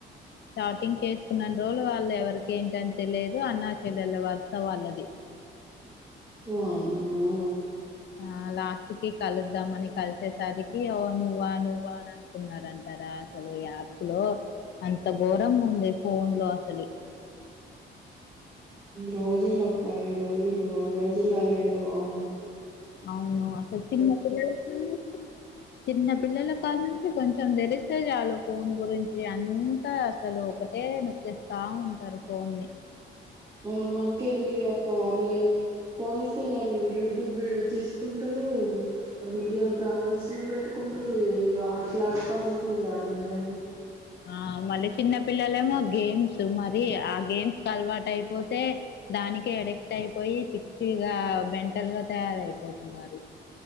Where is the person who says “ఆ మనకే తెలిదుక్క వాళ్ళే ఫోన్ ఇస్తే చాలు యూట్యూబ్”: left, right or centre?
Right